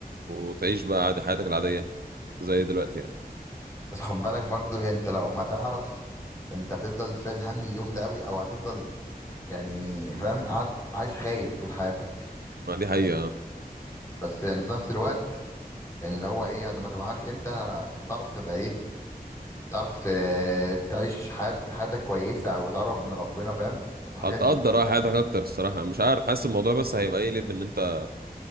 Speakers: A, on the right (about 75°); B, on the left (about 20°).
A: وتعيش بقى عادي حياتك العاديه زي دلوقتي يعني
B: بس خد بالك برضه يعني انت لو ما تعرف انت هتفضل شايل هم اليوم ده قوي او هتفضل يعني فاهم قاعد عايش خايف طول حياتك
A: ما دي حقيقه
B: بس يعني في نفس الوقت يعني اللي هو ايه لما تبقى عارف امتى تعرف تبقى ايه تعرف آه، تعيش حياة حياتك كويسة او تقرب من ربنا فاهم الحاجات
A: هتقدر
B: دي
A: اه حياتك اكتر الصراحه مش عارف حاسس الموضوع بس هيبقى ايه ليه ان انت